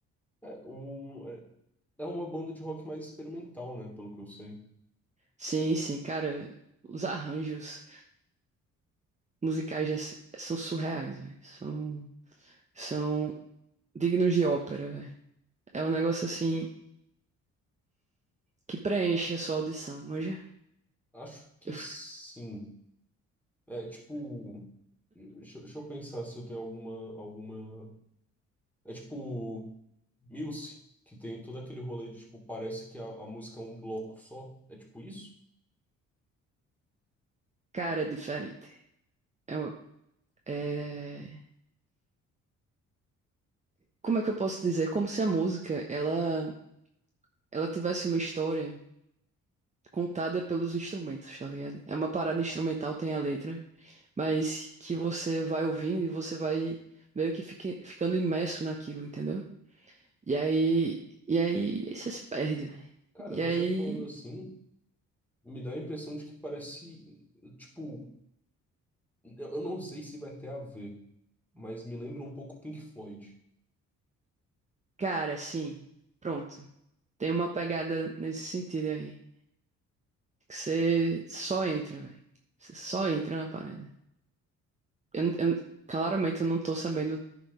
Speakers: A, in the centre; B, on the right.
A: É, um, é, é uma banda de rock mais experimental, né? Pelo que eu sei.
B: Sim, sim, cara, os arranjos musicais dessa- são surreais, velho. São, são dignos de ópera, velho. É um negócio assim que preenche a sua audição, manja?
A: Acho que
B: Eu
A: sim.
B: fico-
A: É tipo. Deixa, deixa eu pensar se eu tenho alguma, alguma. É tipo. Muse, que tem todo aquele rolê de tipo, parece que a, a música é um bloco só. É tipo isso?
B: Cara, é diferente. É, um- é... Como é que eu posso dizer? Como se a música, ela. ela tivesse uma história contada pelos instrumentos, tá ligado? É uma parada instrumental, tem a letra, mas que você vai ouvindo e você vai meio que fique- ficando imerso naquilo, entendeu? E aí, e aí você se perde, velho.
A: Cara,
B: E
A: você
B: aí,
A: falando assim, me dá a impressão de que parece, tipo, eu eu não sei se vai ter a ver, mas me lembra um pouco Pink Floyd.
B: cara, assim, pronto. Tem uma pegada nesse sentido aí. Que você só entra, velho. Você só entra na parada. Eu, não- eu, não- claramente eu não tô sabendo